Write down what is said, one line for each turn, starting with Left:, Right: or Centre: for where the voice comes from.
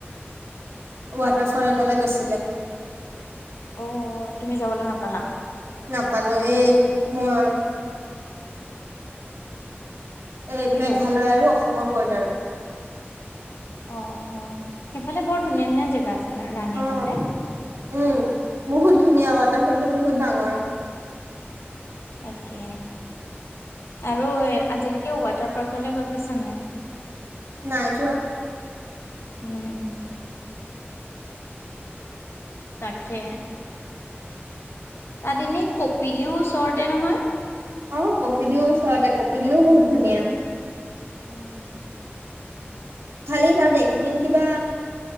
Right: ৱাটাৰ ফল এটালৈ গৈছিলে।
Left: অ-অ তুমি যাবলৈ নাপালা?
Right: নাপালো এই মই এই
Left: কিহৰ
Right: মেঘালয় আৰু অসম অসমৰ বৰ্দাৰত।
Left: অ -অ সেইফালে বৰ ধুনীয়া ধুনীয়া জেগা আছে। ন ৰাণীৰ
Right: অ'
Left: ফালে
Right: উম বহুত ধুনীয়া ৱাটাৰ ফলটো বহুত ডাঙৰ।
Left: তাকে আৰু আজিলৈকে ৱাটাৰ পাৰ্কলৈ গৈ পাইছা নাই?
Right: নাই যোৱা
Left: উম, তাকে। তাত এনে কপিলিও ওচৰতে নহয়?
Right: অ' কপিলিও ওচৰতে কপিলিও বহুত ধুনীয়া।
Left: অ'।
Right: খালি তাত দেখি কিবা